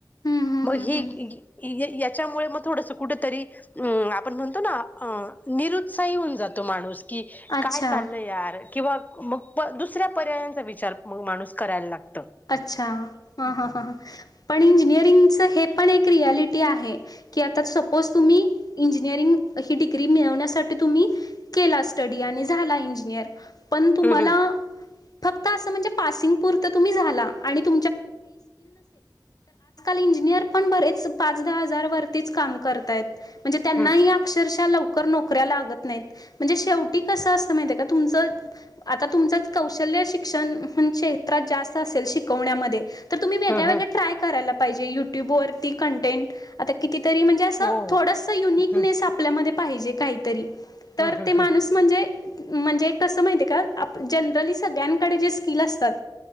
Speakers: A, on the left; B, on the left.
A: हम्म हम्म
B: मग
A: हम्म
B: ही
A: हम्म
B: याच्यामुळे मग थोडस कुठेतरी अ आपण म्हणतो ना. निरुत्साही होऊन जातो माणूस की
A: अच्छा
B: काय चालल यार किंवा मग प दुसऱ्या पर्यायांचा विचार मग माणूस करायला लागतो.
A: अच्छा हा हा ह ह पण इंजिनिअरिंग- हे पण एक रियालिटी आहे कि आता सपोज तुम्ही इंजिनिअरिंग ही डिग्री मिळविण्यासाठी. तुम्ही केल असत डी आणि झाला इंजिनर पण तुम्हाला.
B: हम्म हम्म
A: फक्त असं म्हणजे पासिंग पुरतं तुम्ही झाल. तम न आज इण बेहाार आहे तेेच काम करता आहे म्हणजे त्यांनाही
B: हा
A: अक्षरशा लवकर तर नोकऱ्या लागत नाहीत म्हणजे शेवटी कस माहीत आहे तुमच आता कौशल्या. ते शिक्षणशास्त्र जास्त असेल शवण्या मध्ये तुम्ही वेग
B: हा
A: वेगळ्या
B: हा
A: ट्राय करायला. म्हणजे युट्यूब वरती कंटेंड आता कितीतरी म्हणजे अस
B: ओ
A: थोड युनिकलेस
B: ह
A: आपल्या. पाहिजे काहीतरी तर
B: ह ह
A: ते माणूस म्हणजे माहित आहे का. जनरली सगळ्यान कडे जे स्किल असतात